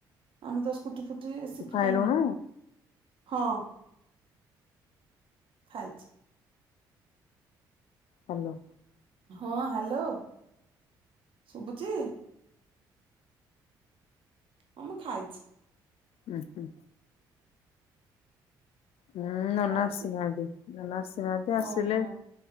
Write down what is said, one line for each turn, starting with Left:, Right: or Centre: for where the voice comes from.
Right: ଆମେ ତ ସ୍କୁଟି ଫୁଟି ଶିଖି
Left: ତୁ ଖାଇଲୁଣୁ
Right: ପାରୁନୁ ହଁ ଖାଇଛି।
Left: ହାଲୋ।
Right: ହଁ ହାଲୋ ଶୁଭୁଛି? ହଁ ମୁଁ ଖାଇଛି।
Left: ହୁଁ। ହୁଁ ନନାଆସିନାହାନ୍ତି
Right: ଖାଇଛି
Left: ନନା ଆସିନାହାନ୍ତି ଆସିଲେ
Right: ଓହୋ